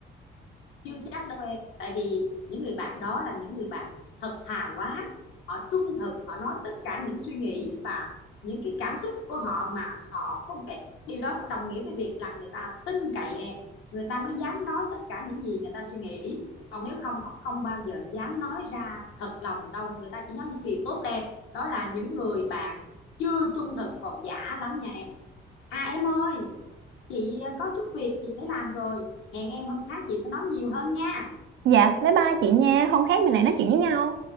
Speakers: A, on the left (about 85°); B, on the right (about 70°).
A: chưa chắc đâu em tại vì những người bạn đó là những người bạn thật thà quá họ trung thực họ nói tất cả những suy nghĩ và những cái cảm xúc của họ mà họ có vẻ điều đó đồng nghĩa với việc là người ta tin cậy em người ta mới dám nói tất cả những gì người ta suy nghĩ còn nếu không họ không bao giờ dám nói ra thật lòng đâu người ta chỉ nói những điều tốt đẹp đó là những người bạn chưa trung thực còn giả lắm nha em à em ơi chị à, có chút việc chị phải làm rồi hẹn em hôm khác chị sẽ nói nhiều hơn nha
B: Dạ, bye bye chị nha. Hôm khác mình lại nói chuyện với nhau.